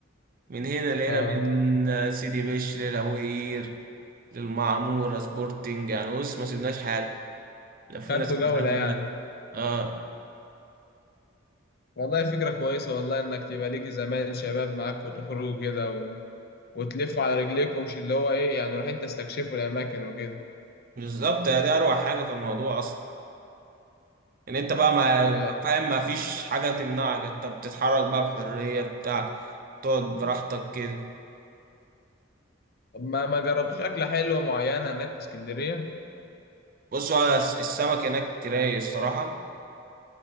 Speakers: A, on the right; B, on the left.
A: من هنا لقينا
B: اه
A: من سيدي بشر لابوهير للمعموره سبورتنج يعني بص ما سيبناش حاجه لفينا
B: خدتوا
A: اسكندريه
B: جولة
A: كلها
B: يعني
A: اه
B: والله فكرة كويسة والله إنك تبقى ليكي زمان شباب معاك وتخرجوا كده و... وتلفوا على رجليكم مش اللي هو إيه يعني رايحين تستكشفوا الأماكن وكده
A: بالظبط يا دي اروع حاجه في الموضوع اصلا ان انت بقى ما
B: والله
A: ما- فاهم ما فيش حاجه تمنعك انت بتتحرك بقى بحريه بتاع تقعد براحتك كده
B: طب ما ما جربتوش أكلة حلوة معينة هناك في اسكندرية؟
A: بص هو الس- السمك هناك رايق الصراحه